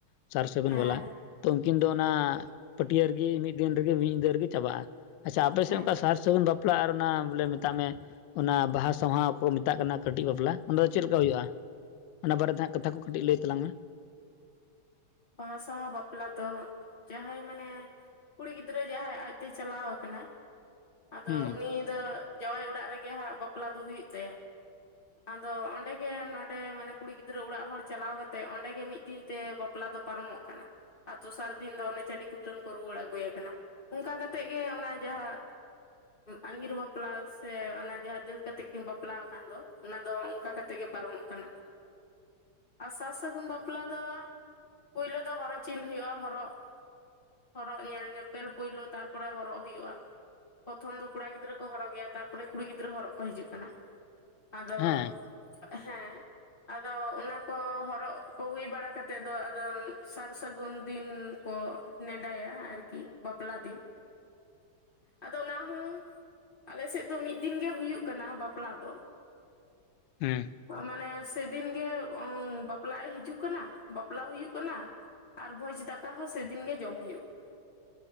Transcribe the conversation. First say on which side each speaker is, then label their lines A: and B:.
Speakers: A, on the left; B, on the left.
A: ᱥᱟᱨ ᱥᱟᱹᱜᱩᱱ
B: ᱦᱮᱸ
A: ᱵᱟᱞᱟ ᱛᱚ ᱩᱱᱠᱤᱱ ᱫᱚ ᱚᱱᱟ ᱯᱟᱹᱴᱤᱭᱟᱹ ᱨᱮᱜᱮ ᱢᱤᱫ ᱫᱤᱱ ᱨᱮᱜᱮ ᱢᱤᱫ ᱧᱤᱫᱟᱹ ᱨᱮᱜᱮ ᱪᱟᱵᱟᱜᱼᱟ᱾ ᱟᱪᱪᱷᱟ ᱟᱯᱮᱥᱮᱫ
B: ᱦᱮᱸ
A: ᱚᱱᱠᱟ ᱥᱟᱨ ᱥᱟᱹᱜᱩᱱ ᱵᱟᱯᱞᱟ ᱟᱨ ᱚᱱᱟ ᱵᱚᱞᱮ ᱢᱮᱛᱟᱜ ᱢᱮ ᱚᱱᱟ ᱵᱟᱦᱟ ᱥᱟᱸᱦᱟᱣ ᱚᱠᱟ ᱠᱚ ᱢᱮᱛᱟᱜ ᱠᱟᱱᱟ ᱠᱟᱹᱴᱤᱡ ᱵᱟᱯᱞᱟ᱾ ᱚᱱᱟ ᱫᱚ ᱪᱮᱫ ᱞᱮᱠᱟ ᱦᱩᱭᱩᱜᱼᱟ ᱚᱱᱟ ᱵᱟᱨᱮᱛᱮ ᱦᱟᱸᱜ ᱠᱟᱛᱷᱟ ᱠᱚ ᱠᱟᱹᱴᱤᱡ ᱞᱟᱹᱭ ᱛᱟᱞᱟᱝ ᱢᱮ᱾
B: ᱵᱟᱦᱟ ᱥᱟᱦᱟ ᱵᱟᱯᱞᱟ ᱫᱚ ᱡᱟᱦᱟᱸᱭ ᱢᱟᱱᱮ ᱠᱩᱲᱤ ᱜᱤᱫᱽᱨᱟᱹ ᱡᱟᱦᱟᱸᱭ ᱟᱡᱛᱮ ᱪᱟᱞᱟᱣ ᱟᱠᱟᱱᱟ᱾ ᱟᱫᱚ
A: ᱦᱮᱸ
B: ᱩᱱᱤ ᱫᱚ ᱡᱟᱶᱟᱭ ᱚᱲᱟᱜ ᱨᱮᱜᱮ ᱦᱟᱸᱜ ᱵᱟᱯᱞᱟ ᱫᱚ ᱦᱩᱭᱩᱜ ᱛᱟᱭᱟ᱾ ᱟᱫᱚ ᱚᱸᱰᱮᱜᱮ ᱱᱚᱰᱮ ᱢᱟᱱᱮ ᱠᱩᱲᱤ ᱜᱤᱫᱽᱨᱟᱹ ᱚᱲᱟᱜ ᱦᱚᱲ ᱪᱟᱞᱟᱣ ᱠᱟᱛᱮᱜ ᱚᱸᱰᱮᱜ ᱢᱤᱫ ᱫᱤᱱ ᱛᱮ <unintelligible> ᱵᱟᱯᱞᱟ ᱫᱚ ᱯᱟᱨᱚᱢᱚᱜ ᱠᱟᱱᱟ᱾ ᱫᱚᱥᱟᱨ ᱫᱤᱱ ᱫᱚ ᱚᱱᱮ ᱪᱟᱹᱰᱤ ᱠᱩᱴᱟᱹᱢ ᱠᱚ ᱨᱩᱣᱟᱹᱲ ᱟᱹᱜᱩᱭᱮ ᱠᱟᱱᱟ᱾ ᱚᱱᱠᱟ ᱠᱟᱛᱮᱜ ᱜᱮ ᱚᱱᱟ ᱡᱟᱦᱟᱸ ᱟᱜᱤᱨ ᱵᱟᱯᱞᱟ ᱥᱮ ᱚᱱᱟ ᱡᱟᱦᱟᱸ ᱫᱟᱹᱲ ᱠᱟᱛᱮᱜ ᱠᱤᱱ ᱵᱟᱯᱞᱟ ᱟᱠᱟᱱ ᱫᱚ᱾ ᱚᱱᱟ ᱫᱚ ᱚᱱᱠᱟ ᱠᱟᱛᱮ ᱜᱮ ᱯᱟᱨᱚᱢᱚᱜ ᱠᱟᱱᱟ ᱟᱨ ᱥᱟᱨ ᱥᱟᱹᱜᱩᱱ ᱵᱟᱯᱞᱟ ᱫᱚ ᱯᱩᱭᱞᱳ ᱫᱚ ᱦᱚᱨᱚᱜ ᱪᱤᱱ ᱦᱩᱭᱩᱜᱚᱜᱼᱟ᱾ ᱦᱚᱨᱚᱜ ᱦᱚᱨᱚᱜ ᱧᱮᱞ ᱧᱮᱯᱮᱞ ᱯᱩᱭᱞᱳ ᱛᱟᱨᱯᱚᱨᱮ ᱦᱚᱨᱚᱜ ᱦᱩᱭᱩᱜᱼᱟ᱾ ᱯᱨᱚᱛᱷᱚᱢ ᱫᱚ ᱠᱚᱲᱟ ᱜᱤᱫᱽᱨᱟᱹ ᱠᱚᱲ ᱦᱚᱨᱚᱜ ᱜᱮᱭᱟ᱾ ᱛᱟᱨᱯᱚᱨᱮ ᱠᱩᱲᱤ ᱜᱤᱫᱽᱨᱟᱹ ᱦᱚᱨᱚᱜ ᱠᱚ ᱦᱤᱡᱩᱜ ᱠᱟᱱᱟ᱾ ᱟᱫᱚ
A: ᱦᱮᱸ
B: ᱦᱮᱸ ᱟᱫᱚ ᱚᱱᱟ ᱠᱚ ᱦᱚᱨᱚᱜ ᱠᱚ ᱦᱩᱭ ᱵᱟᱲᱟ ᱠᱟᱛᱮᱫ ᱫᱚ ᱟᱫ ᱥᱟᱨ ᱥᱟᱹᱜᱩᱱ ᱫᱤᱱ ᱠᱚ ᱱᱮᱰᱟᱭᱟ ᱟᱨᱠᱤ ᱵᱟᱯᱞᱟ ᱫᱤᱱ᱾ ᱟᱫᱚ ᱚᱱᱟ ᱦᱚᱸ ᱟᱞᱮᱥᱮᱫ ᱫᱚ ᱢᱤᱫ ᱫᱤᱱ ᱜᱮ ᱦᱩᱭᱩᱜ ᱠᱟᱱᱟ ᱵᱟᱯᱞᱟ ᱫᱚ᱾
A: ᱦᱮᱸ
B: ᱢᱟᱱᱮ ᱥᱮᱫᱤᱱ ᱜᱮ ᱵᱟᱯᱞᱟᱭ ᱮ ᱦᱤᱡᱩᱜ ᱠᱟᱱᱟ᱾ ᱵᱟᱯᱞᱟ ᱦᱩᱭᱩᱜ ᱠᱟᱱᱟ ᱟᱨ ᱵᱷᱚᱡᱽ ᱫᱟᱠᱟ ᱦᱚᱸ ᱥᱮᱫᱤᱱ ᱜᱮ ᱡᱚᱢ ᱦᱩᱭᱩᱜ ᱠᱟᱱᱟ᱾